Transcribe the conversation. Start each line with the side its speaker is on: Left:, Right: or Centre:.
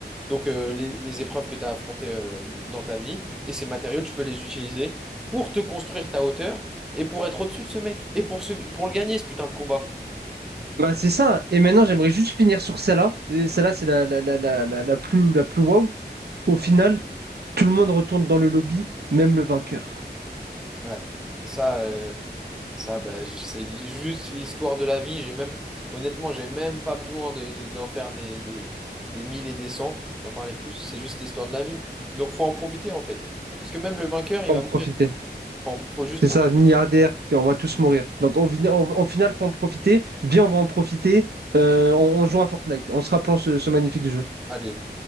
Centre: donc euh, les, les épreuves que tu as affrontées euh, dans ta vie, et ces matériaux, tu peux les utiliser pour te construire ta hauteur et pour être au-dessus de ce mec, et pour, ce, pour le gagner, ce putain de combat.
Right: Bah, c'est ça. Et maintenant, j'aimerais juste finir sur celle-là. Et Celle-là, c'est la, la, la, la, la la plus, la plus wow. Au final, tout le monde retourne dans le lobby, même le vainqueur.
Centre: Ouais, ça, euh, ça bah, j- c'est li- juste l'histoire de la vie. J'ai même, honnêtement, j'ai même pas besoin de, de- d'en faire des, des, des mille et des cents, d'en parler plus, c'est juste l'histoire de la vie. Donc faut en profiter en fait. Parce que même le vainqueur, il
Right: Faut
Centre: va
Right: en
Centre: mourir.
Right: profiter.
Centre: Faut, en- faut juste
Right: C'est
Centre: profiter.
Right: ça, milliardaire, et on va tous mourir. Donc au final, en final, faut en profiter. Viens, on va en profiter. Euh, on, on joue à Fortnite. On se rappelle ce ce magnifique jeu.
Centre: Allez.